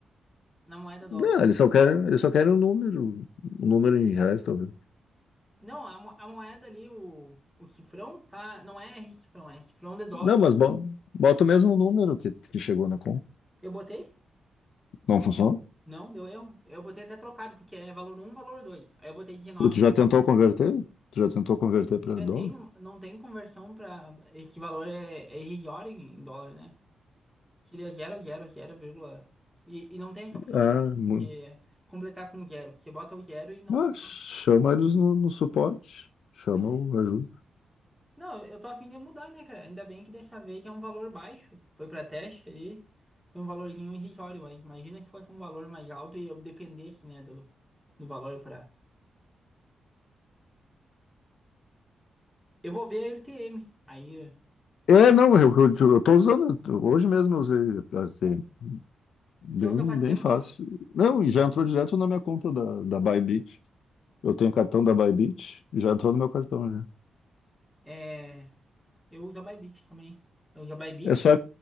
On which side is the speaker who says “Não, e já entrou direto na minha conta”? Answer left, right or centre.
Left